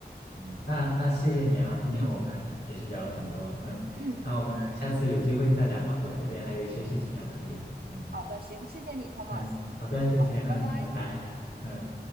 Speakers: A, on the left; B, on the right.
A: 嗯，那那谢谢你啊，今天我们也是聊了很多，
B: 嗯
A: 嗯，
B: 嗯，
A: 那我们下次有机会再聊吧，我这边还有一些事情要处理，嗯
B: 好的，行，谢谢你，Thomas。
A: 嗯，好的，
B: 好，
A: 谢谢，嗯，
B: 拜拜。
A: 拜拜，嗯。